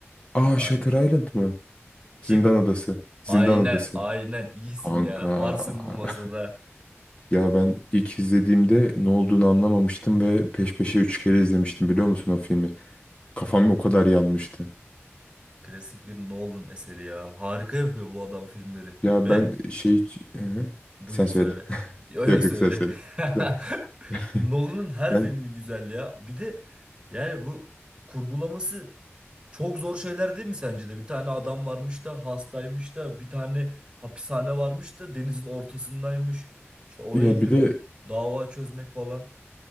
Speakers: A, on the left; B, on the right.
A: Aa
B: Aynen.
A: Shutter Island mı?
B: Kim?
A: Zindan Adası. Zindan
B: Aynen.
A: Adası.
B: Aynen. İyisin
A: Kanka.
B: ya. Varsın bu masada.
A: <laughs> Ya ben ilk izlediğimde ne olduğunu anlamamıştım ve peş peşe üç kere izlemiştim biliyor musun o filmi? Kafam o kadar yanmıştı.
B: Klasik bir Nolan eseri ya. Harika yapıyor bu adam filmleri.
A: Ya
B: Ve
A: ben şey... Hı hı.
B: Buyur
A: Sen
B: söyle.
A: söyle. <laughs>
B: Yo yo
A: Yok
B: söyle.
A: yok sen söyle. Sen-
B: <laughs>
A: <laughs>
B: Nolan'ın her
A: Ben
B: filmi güzel ya. Bir de yani bu kurgulaması çok zor şeyler değil mi sence de? Bir tane adam varmış da hastaymış da bir tane hapishane varmış da denizin ortasındaymış. İşte oraya
A: ya
B: gidip
A: bir de
B: dava çözmek falan.